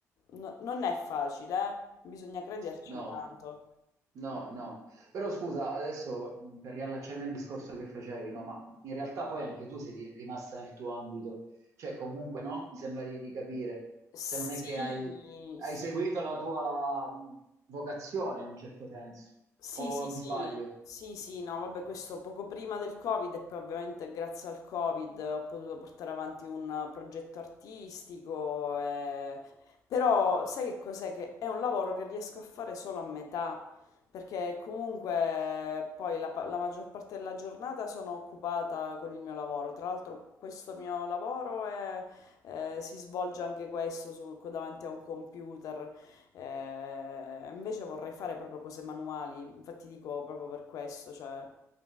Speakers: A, on the left (about 75°); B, on the right (about 65°).
A: no- non è facile, eh? Bisogna crederci
B: No,
A: tanto.
B: no, no. Però scusa, adesso mh, per riallacciarmi al discorso che facevi, no, ma in realtà poi anche tu sei di- rimasta nel tuo ambito, cioè comunque no, mi sembra di, di capire,
A: Sì,
B: cioè non è che hai, hai
A: sì.
B: seguito la tua mh, vocazione in un certo senso,
A: Sì,
B: o
A: sì,
B: mi
A: sì,
B: sbaglio?
A: sì, sì, no, vabbè, questo poco prima del Covid e poi ovviamente grazie al Covid ho potuto portare avanti un eh, progetto artistico, eh, però sai che cos'è? Che è un lavoro che riesco a fare solo a metà, perché comunque poi la, pa- la maggior parte della giornata sono occupata con il mio lavoro, tra l'altro questo mio lavoro è- eh, si svolge anche questo su- davanti a un computer. Eh, invece vorrei fare proprio cose manuali, infatti dico proprio per questo, cioè